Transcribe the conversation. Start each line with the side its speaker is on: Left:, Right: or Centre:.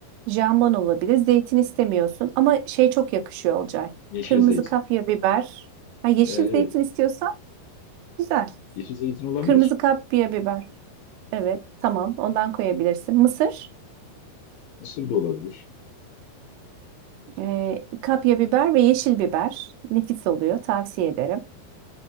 Right: Jambon olabilir. Zeytin istemiyorsun ama şey çok yakışıyor Olcay.
Left: Yeşil
Right: Kırmızı
Left: zeytin.
Right: kapya biber. Ha, yeşil
Left: Ee, evet.
Right: zeytin istiyorsan güzel.
Left: Yeşil zeytin olabilir.
Right: Kırmızı kapya biber. Evet, tamam. Ondan koyabilirsin. Mısır.
Left: Mısır da olabilir.
Right: Ee, kapya biber ve yeşil biber. Nefis oluyor. Tavsiye ederim.